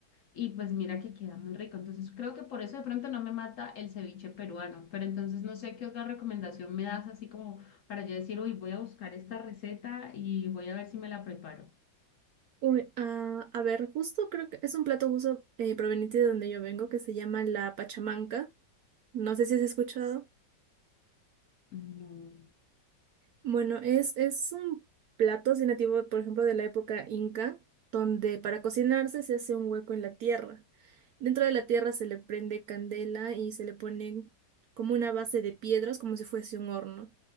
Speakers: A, on the left; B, on the right.
A: y pues mira que queda muy rico. Entonces creo que por eso de pronto no me mata el ceviche peruano. Pero entonces no sé qué otra recomendación me das así como para yo decir, uy, voy a buscar esta receta y voy a ver si me la preparo.
B: Uy, ah, a ver, justo creo que es un plato justo eh, proveniente de donde yo vengo que se llama la pachamanca. No sé si has escuchado.
A: No.
B: Bueno, es, es un plato así nativo, por ejemplo, de la época inca, donde para cocinarse se hace un hueco en la tierra. Dentro de la tierra se le prende candela y se le pone como una base de piedras, como si fuese un horno.